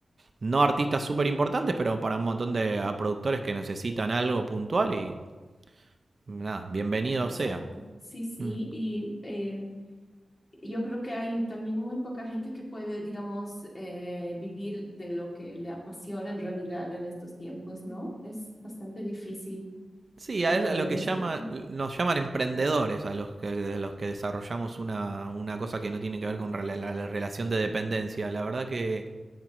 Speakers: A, on the right; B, on the left.
A: no artistas súper importantes, pero para un montón de ah, productores que necesitan algo puntual y nada, bienvenido
B: Exacto.
A: sea.
B: Sí, sí.
A: Mm.
B: Y eh, Yo creo que hay también muy poca gente que puede, digamos, eh, vivir de lo que le apasiona en realidad en estos tiempos, ¿no? Es bastante difícil,
A: Sí,
B: pero
A: a eso es
B: lo
A: lo
B: bueno
A: que llama,
B: es que...
A: nos llaman emprendedores, a los que, de los que desarrollamos una, una cosa que no tiene que ver con rela- la, la relación de dependencia. La verdad que,